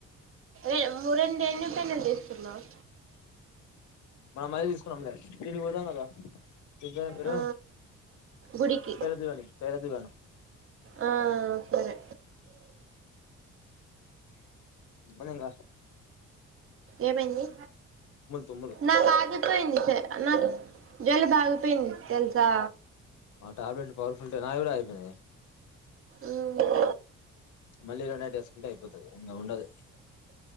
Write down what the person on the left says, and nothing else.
మనం మది తీసుకున్నాంలే దీనికి పోతాం కదా తుగరు బ్రో
పేడా దువానికి పేడా దుగాను
బానింగ
తుమ్ములు
టాబ్లెట్లు పవర్ఫుల్ దే నాది కూడా ఆగిపోయింది
మళ్ళీ రెండు నైటేసుకుంటే అయిపోతుది ఇంగా ఉండదు